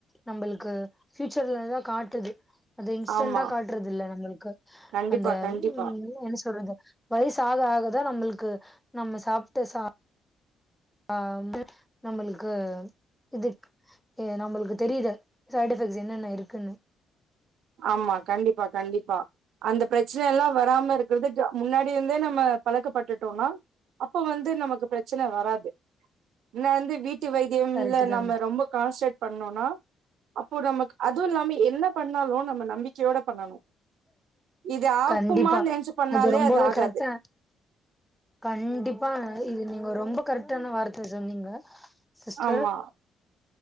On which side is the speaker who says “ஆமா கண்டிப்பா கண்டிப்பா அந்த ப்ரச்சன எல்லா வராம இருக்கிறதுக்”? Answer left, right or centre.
Right